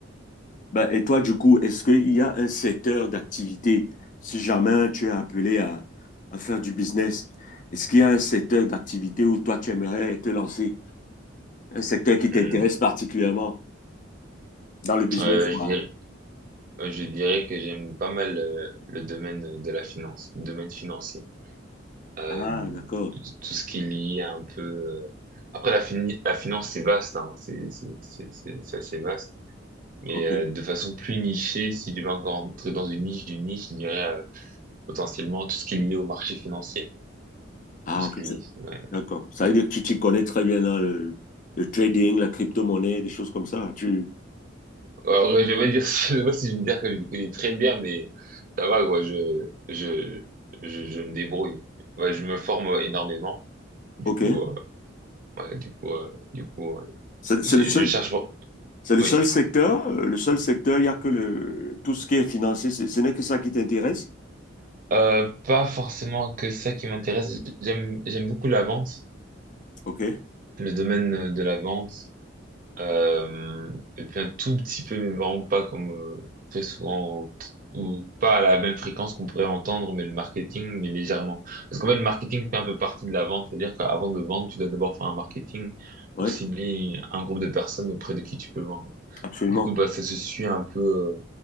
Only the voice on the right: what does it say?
Hum,
Euh,
je dirais- Euh, Je dirais que j'aime pas mal euh, le, domaine euh, de la finance, le domaine financier. Euh,
tout, tout ce qui est lié à un peu... euh, Après, la, fini- la finance, c'est vaste, hein. C'est c'est- c'est- c'est- c'est assez vaste. Mais
euh, de façon plus nichée, si je devais encore entrer dans une niche d'une niche, je dirais euh, potentiellement tout ce qui est lié au marché financier.
Tout ce
qui est
lié, ouais.
Alors, ouais, je vais pas dire, <laughs> je sais pas si je vais dire que je le connais très bien, mais ça va, quoi. Je, je, je, je me débrouille. Ouais, je me forme énormément. Du
coup, euh, Ouais, du coup, euh, du coup, euh,
je,
je cherche bon.
Oui.
Euh, pas forcément que ça qui m'intéresse. J'aime, j'aime beaucoup la vente,
le domaine de la vente. Euh, et puis un tout petit peu, mais vraiment pas comme euh, très souvent ou, t- ou pas à la même fréquence qu'on pourrait entendre, mais le marketing, mais légèrement. Parce qu'en fait, le marketing fait un peu partie de la vente. C'est-à-dire qu'avant de vendre, tu dois d'abord faire un marketing
pour cibler un groupe de personnes auprès de qui tu peux vendre.
Du coup, bah, ça se suit un peu, euh,